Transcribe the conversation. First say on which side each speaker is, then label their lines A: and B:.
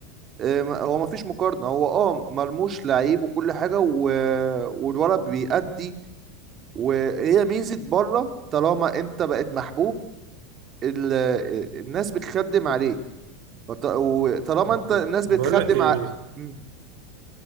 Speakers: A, on the right; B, on the right.
A: آه، ما- هو ما فيش مقارنة هو اه مرموش لعيب وكل حاجة و... والولد بيأدي وهي ميزة بره طالما انت بقت محبوب ال... الناس بتخدم عليك فط- وطالما
B: بالظبط
A: انت الناس بتخدم
B: بقول لك إيه
A: ع... مم.